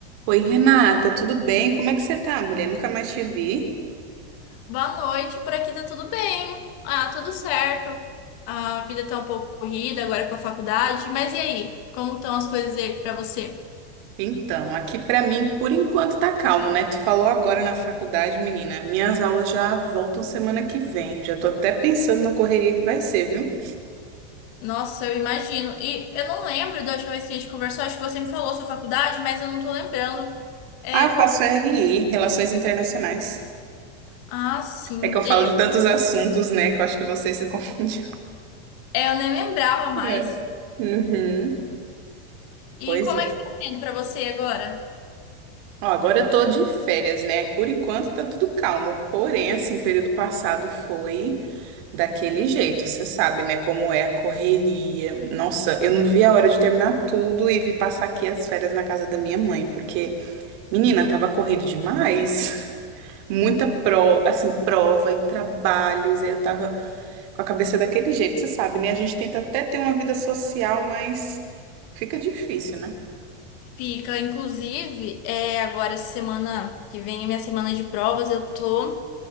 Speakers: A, on the right (about 50°); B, on the left (about 50°).
A: Oi, Renata, tudo bem? Como é que você tá, mulher? Nunca mais te vi.
B: Boa noite, por aqui tá tudo bem. Ah, tudo certo. A vida tá um pouco corrida agora com a faculdade, mas e aí? Como estão as coisas aí pra você?
A: Então, aqui pra mim, por enquanto tá calmo, né? Tu falou agora na faculdade, menina. Minhas aulas já voltam semana que vem. Já tô até pensando na correria que vai ser, viu?
B: Nossa, eu imagino. E eu não lembro da última vez que a gente conversou, acho que você me falou sua faculdade, mas eu não tô lembrando. É,
A: Ah, eu faço
B: qual...
A: RI, Relações Internacionais.
B: Ah, sim.
A: É que eu falo
B: E,
A: de tantos assuntos, né? Que eu acho que você se <laughs> confundiu.
B: é, eu nem lembrava mais.
A: É. Uhum. Pois
B: E como
A: é.
B: é que tá sendo pra você agora?
A: Ó, agora eu tô de férias, né? Por enquanto tá tudo calmo. Porém, assim, período passado foi. Daquele jeito, você sabe, né? Como é a correria. Nossa, eu não vi a hora de terminar tudo e vi passar aqui as férias na casa da minha mãe, porque, menina, tava corrido demais. <laughs> Muita prova, assim, prova e trabalhos. E eu tava com a cabeça daquele jeito, você sabe, né? A gente tenta até ter uma vida social, mas fica difícil, né?
B: Fica, inclusive, é, agora essa semana que vem, minha semana de provas, eu tô.